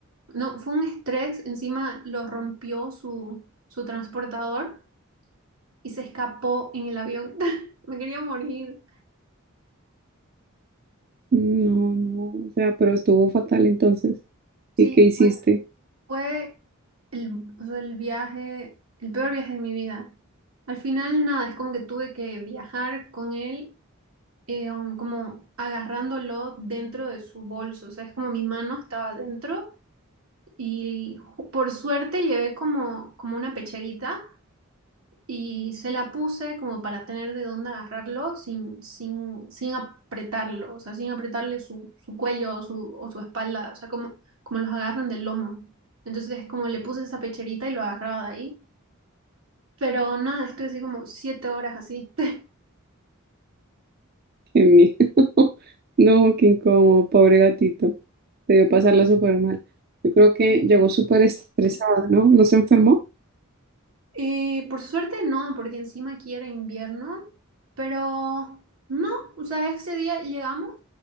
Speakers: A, on the right; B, on the right.
A: no, fue un estrés, encima lo rompió su, su transportador y se escapó en el avión. <laughs> Me quería morir.
B: No, no, o sea, pero estuvo fatal entonces.
A: Sí,
B: ¿Y qué hiciste?
A: Fue el, o sea, el viaje, el peor viaje de mi vida. Al final, nada, es como que tuve que viajar con él, eh, um, como agarrándolo dentro de su bolso. O sea, es como mi mano estaba dentro y ju- por suerte llevé como, como una pecherita y se la puse como para tener de dónde agarrarlo sin, sin, sin apretarlo, o sea, sin apretarle su, su cuello o su, o su espalda, o sea, como, como los agarran del lomo. Entonces, como le puse esa pecherita y lo agarraba de ahí. Pero nada, estuve así como siete horas así. <laughs>
B: Qué miedo. <laughs> No, qué incómodo, pobre gatito. Debió pasarla súper mal. Yo creo que
A: Y,
B: llegó súper estresada, ¿no? No se enfermó.
A: eh, por suerte no, porque encima aquí era invierno, pero no, o sea, ese día llegamos